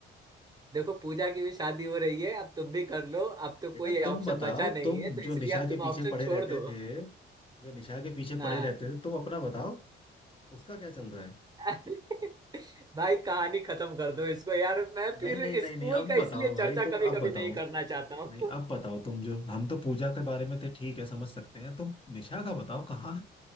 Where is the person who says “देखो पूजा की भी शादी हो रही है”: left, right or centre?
Right